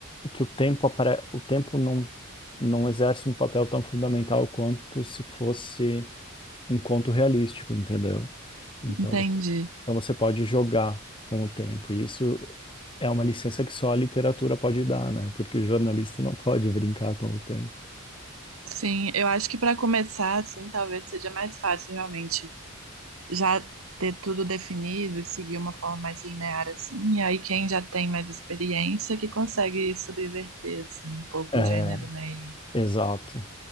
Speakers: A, on the left; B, on the right.
A: que o tempo, apare- o tempo não, não exerce um papel tão fundamental quanto se fosse um conto realístico, entendeu? Então,
B: Entendi.
A: então você pode jogar com o tempo. E isso é uma licença que só a literatura pode dar, né? Porque o jornalista não pode brincar com o tempo.
B: Sim, eu acho que para começar, assim, talvez seja mais fácil realmente já ter tudo definido e seguir uma forma mais linear assim, e aí quem já tem mais experiência que consegue subverter assim um pouco
A: É,
B: o gênero, né? E,
A: exato.